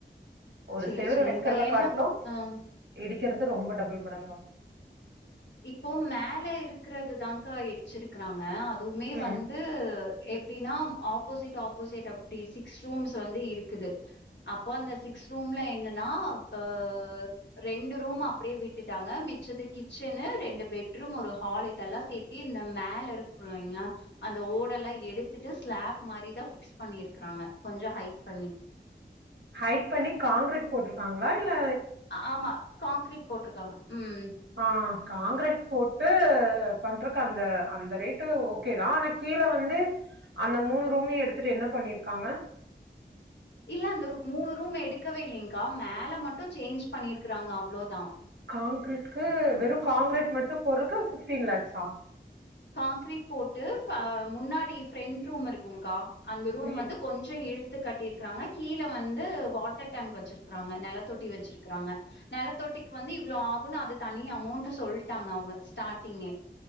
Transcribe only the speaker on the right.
ஒரு
செவுறு
வைக்குறதகாடிலு
இடிக்குறது ரொம்ப டபுள் மடங்காகு
ம்
ஹைட் பண்ணி காங்க்கிரீட் போட்டிருக்காங்களா இல்ல
ஆ காங்க்ரீட் போடு பண்றக்கு அந்த அந்த ரேட்டு ஒக் ஒகே தா ஆனா கீழே வந்து அந்த மூணு ரூமையு எடுத்துட்டு என்ன பண்ணிருக்காங்க
காங்க்ரீட்கு வெறு காங்க்ரீட் மட்டு போட்ரக்கு ஃபிஃப்டீன் லேக்ஸா
ம்